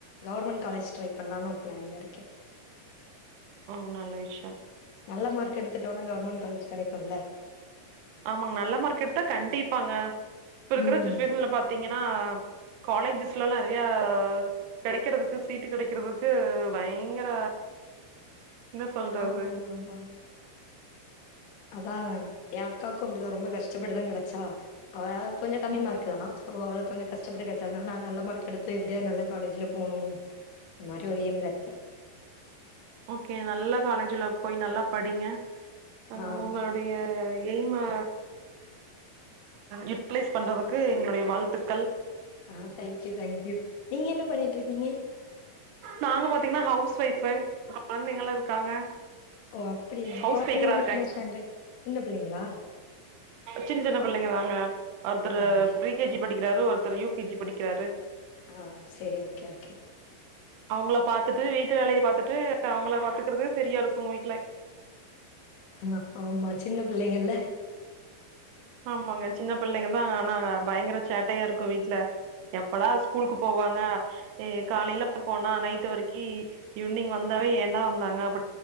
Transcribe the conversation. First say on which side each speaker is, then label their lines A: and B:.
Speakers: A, on the left (about 85°); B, on the right (about 85°).
A: கவர்மென் காலேஜ் ட்ரை பன்லானு ஒரு ப்ளான்ல இருக்கே
B: ஆ நல்ல விஷயம்
A: நல்ல மார்க் எத்துட்டோனா கவர்மெண்ட் காலேஜ் கெடைக்குல்ல
B: ஆமாங்க நல்ல மார்க் எடுத்தா கண்டிப்பாங்க இப்ப இருக்கிற
A: ம்.
B: சுச்சுவேஷன்ல பாத்தீங்கனா காலேஜஸ்லலா நெறையா கெடைக்கிறதுக்கு சீட்டு கெடைக்கிறதுக்கு பயங்கர என்ன சொல்றது
A: ஆமாம்மாம்மா அதா என் அக்காக்கு அப்படிதா ரொம்ப கஷ்டப்பட்டுதா கெடச்சா அவ கொஞ்சோ கம்மி
B: ம்
A: மார்க்தா தோ அவளக் கொஞ்ச கஷ்டப்பட்டு கிடச்சாதனால நா நல்ல மார்க் எடுத்து எப்டியாத் நல்ல காலேஜ்ல போணு மரி ஒரு எய்ம்ல இருக்கே
B: ஓகே நல்லா காலேஜ்ல போய் நல்லா படிங்க அ
A: ஆ.
B: உங்களோட் நடைய எய்மா யூட்டிலைஸ் பண்றதுக்கு எங்களுடைய வாழ்த்துக்கள்
A: ஆ டேங்க்யூ தேங்க்யூ நீங்க என்ன பண்ணிட்ருக்கீங்க
B: நாங்க பாத்தீங்கன்னா ஹவுஸ் ஒயஃப குழந்தைங்கல்லாம் இருக்காங்க
A: ஓ அப்படியா
B: ஹவுஸ்
A: கொழந்தைங்லா
B: மேக்கரா இருக்காங்க
A: எத்தன ஸ்டாண்டட் இன்ன பிள்ளைங்களா
B: சின்ன சின்ன பிள்ளைங்க தாங்க ஒருத்தர்
A: ஆ சரி.
B: பரிகேஜி படிக்கிறாரு ஒருத்தர் யூகேஜி படிக்கிறாரு
A: ஆ சேரி ஓகே ஓகே
B: அவங்கள பாத்துட்டு வீட்டு வேலையை பாத்துட்டு அவங்கள பாத்துக்குறதுக்கு சரியா இருக்கும் வீட்டுல
A: ஆ ஆமா சின்ன பிள்ளைங்கல்ல
B: ஆமாங்க சின்ன பிள்ளைங்கதான் ஆனாங்க பயங்கர சேட்டையா இருக்கும் வீட்டு்ல எப்படா ஸ்கூல்க்கு போவாங்க எ காலைல போனா நைட் வருக்கி ஈவி்னிங் வந்தாவே ஏண்டா வந்தாங்கப்